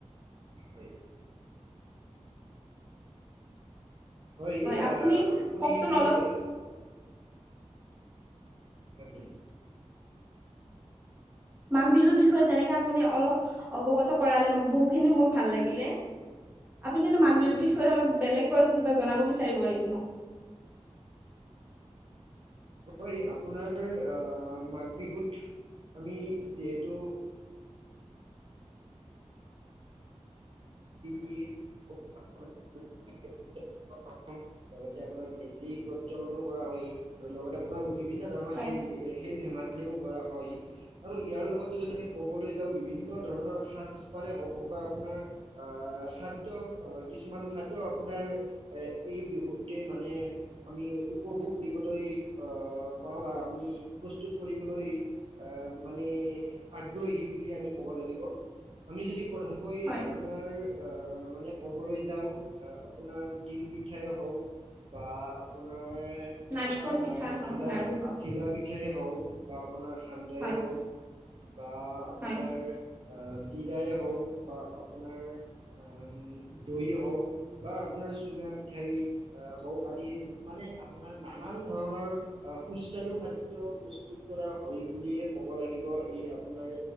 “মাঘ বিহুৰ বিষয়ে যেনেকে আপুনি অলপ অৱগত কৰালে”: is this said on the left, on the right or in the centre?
Right